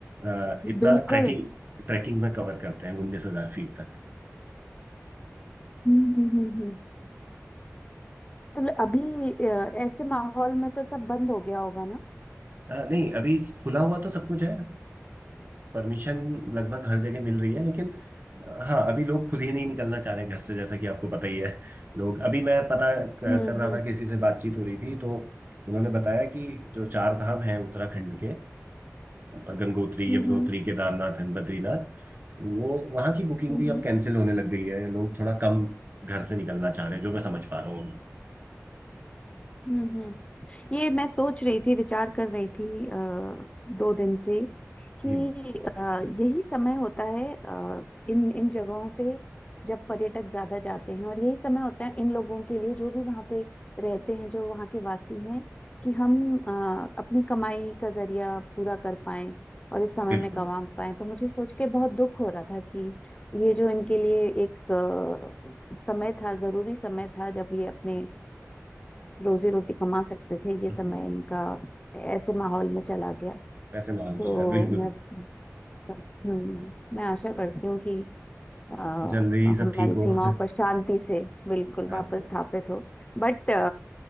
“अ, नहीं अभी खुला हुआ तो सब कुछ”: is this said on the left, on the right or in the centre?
Right